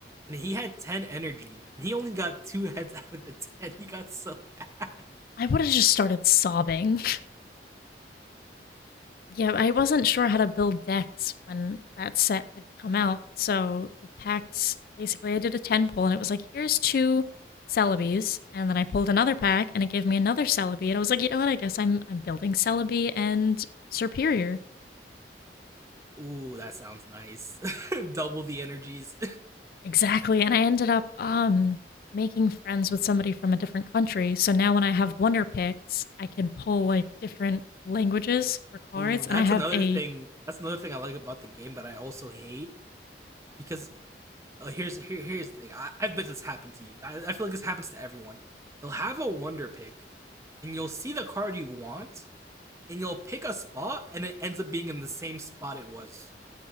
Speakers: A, on the right; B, on the left.
A: and he had ten energy, and he only got two <laughs> heads out of the ten. He got so <laughs> mad.
B: I would have just started sobbing. Yeah, I wasn't sure how to build decks when that set had come out. So the packs basically I did a 10 pull and it was like, here's two Celebes, and then I pulled another pack and it gave me another Celebi, and I was like, you know what, I guess I'm I'm building Celebi and Superior.
A: Ooh, that sounds nice. <laughs> Double the energies.
B: Exactly. And I ended up um making friends with somebody from a different country. So now when I have wonder picks, I can pull like different languages for cards
A: <laughs> Ooh, that's
B: and I have
A: another
B: a
A: thing. That's another thing I like about the game, but I also hate because oh, here's here, here's the thing. I, I bet this happened to you. I, I feel like this happens to everyone. You'll have a wonder pick, and you'll see the card you want, and you'll pick a spot, and it ends up being in the same spot it was